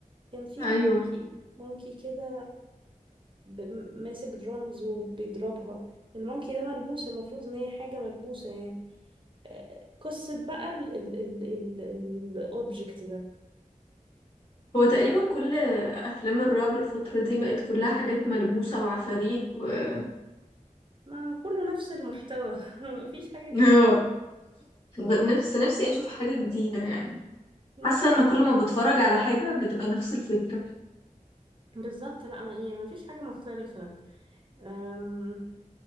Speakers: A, on the right (about 35°); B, on the left (about 40°).
A: كان في
B: ايوه
A: مونكي مونكي كده ب- ماسك درامز وبيضربها المونكي ده ملبوس المفروض ان هي حاجة ملبوسة يعني آه، قصة بقى الأوبجكت ده
B: هو تقريبا كل افلام الرعب الفترة دي بقت كلها حاجات ملبوسة وعفاريت و <laughs>
A: ما كله نفس المحتوى <laughs> مفيش حاجة جديدة
B: آه. ب- نفس نفسي اشوف حاجة جديدة يعني
A: لا
B: حاسة ان كل ما بتفرج على حاجة بتبقى نفس الفكرة
A: بالظبط لا ما يعني مفيش حاجة مختلفة أم،